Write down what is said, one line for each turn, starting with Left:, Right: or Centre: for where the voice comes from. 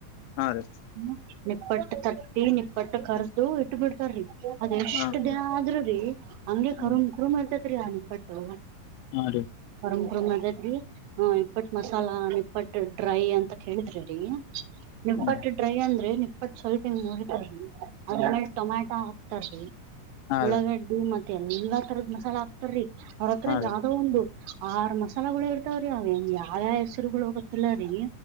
Left: ಹಾ ರೀ
Right: ಹ್ಮ ನಿಪ್ಪಟ್ಟ ತಟ್ಟಿ ನಿಪ್ಪಟ್ಟ ಕರ್ದು ಇಟ್ಟು ಬಿಡ್ತಾರ್ರಿ ಅದಎಷ್ಟು
Left: ಹಾ ಹಾ
Right: ದಿನ ಆದರೂ ನಿಪ್ಪಟ್ಟು
Left: ಹಾ ಹಾ ರೀ
Right: ಪರಂಪರ ಮದತ್ ರೀ ಹಾ ನಿಪ್ಪಟ್ ಮಸಾಲಾ ನಿಪ್ಪ ಡ್ರೈ ಅಂತ ಕೇಳಿದರೆ ನಿಪ್ಪಟ್ಟ
Left: ಹಾ
Right: ಡ್ರೈ ಅಂದ್ರೆ ನಿಪ್ಪಟ್ಟ ಸ್ವಲ್ಪ ಹಿಂಗ ಮುಡತಾರರಿ ಅದ್ಮೇಲ್ ಟೊಮ್ಯಾಟೊ ಹಾಕ್ತಾರಿ
Left: ಹಾ
Right: ಉಳ್ಳಾಗಡ್ಡೆ
Left: ರೀ
Right: ಮತ್ತೆ ಎ ಎಲ್ಲಾ ತರದ ಮಸಾಲ ಹಾಕ್ತಾರೀ ಅವ್ರ ಹತ್ರ
Left: ಹಾ ರೀ
Right: ಯಾವ್ದೋ ಒಂದು ಆರ್ ಮಸಾಲಗಳು ಇರ್ತಾವ್ರೀ ಅವ ಯಾವ್ಯಾವ ಹೆಸರುಗಳು ಹೋಗತಿಿಲ್ಲ ರೀ